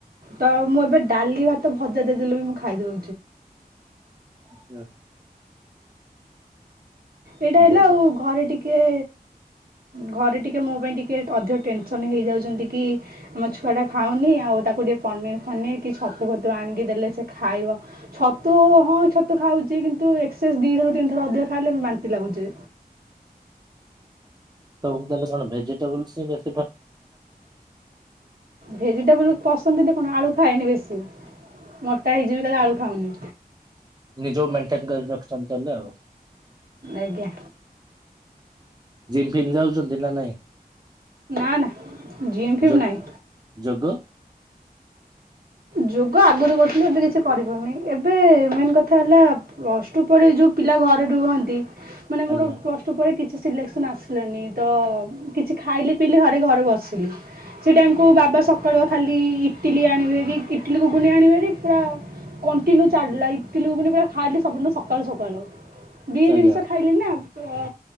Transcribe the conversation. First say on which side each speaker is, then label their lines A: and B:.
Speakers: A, on the right; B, on the right.
A: ତ ମୁଁ ଏବେ ଡାଲି ଭାତ ଭଜା ଦେଇଦେଲେ ବି ମୁଁ ଖାଇଦଉ
B: ଆଚ୍ଛା।
A: ଏଇଟା ହେଲା
B: ବହୁତ
A: ଆଉ ଘରେ ଟିକେ ଘରେ ଟିକେ ମୋ ପାଇଁ ଟିକେ ଅଧିକ ଟେନସନ୍ ହେଇଯାଉଛନ୍ତି କି ମୋ ଛୁଆଟା ଖାଉନି ଆଉ ତାକୁ ଟିକେ ପନି ପନିର ଫନିର କି ଛତୁ ଫତୁ ଆଣିକି ଦେଲେ ସେ ଖାଇବ ଛତୁ ହଁ ଛତୁ ଖାଉଛି କିନ୍ତୁ ଏକ୍ସସେସ ଦିଥରୁ ତିନି ଥର ଅଧିକ ଖାଇଲେ ବାନ୍ତି ଲାଗୁଛି।
B: ତମକୁ ତାହେଲେ କଣ ଭେଜିଟେବଲସ ହିଁ ବେଶ୍
A: ଭେଜିଟେବଲ ପସନ୍ଦ <unintelligible> ଆଳୁ ଖାଏନି ବେଶି ମୋଟା ହେଇଯିବି କାଳେ ଆଳୁ ଖାଉନି
B: ନିଜକୁ ମେଣ୍ଟେନ କରିକି ରଖିଛନ୍ତି ତାହେଲେ ଆଉ।
A: ଆଜ୍ଞା।
B: ଜିମ୍ ଫିମ୍ ଯାଉଛନ୍ତି ନା ନାଇଁ?
A: ନା ନା ଜିମ୍ ଫିମ୍
B: ଯୋ
A: ନାଇଁ।
B: ଯୋଗ
A: ଯୋଗ ଆଗରୁ କରୁଥିଲି ଏବେ କିଛି କରିପାରୁନି ଏବେ ମେନ୍ କଥା ହେଲା ପ୍ଲସ୍ ଟୁ ପରେ ଯୋଉ ପିଲା ଘରେ ରୁହନ୍ତି ମାନେ
B: ଆଜ୍ଞା
A: ମୋର ପ୍ଲସ୍ ଷ୍ଟୁ ପରେ କିଛି ସେକ୍ସନ ଆସିଲାନି ତ କିଛି ଖାଇଲି ପିଇଲିି ଘରେ ଘରେ ବସିଲି ସେ ଟାଇମ କୁ ବାବା ସକାଳୁ ଖାଲି ଇଟିଲି ଆଣିବେ ଇଟିଲି କୁ ଘୁଗୁନି ଆଣିବେ ହେରି ପୁରା କଣ୍ଟିନ୍ୟୁ ଚାଲିଲା ଲାଇ ଇଟିଲି ଘୁଘୁନି ପୁରା ଖାଇଲି ସବୁଦିନ ସକାଳୁ ସକାଳୁ। ବିରି
B: ଆଜ୍ଞା
A: ଜିନିଷ ଖାଇଲି ନା ଅ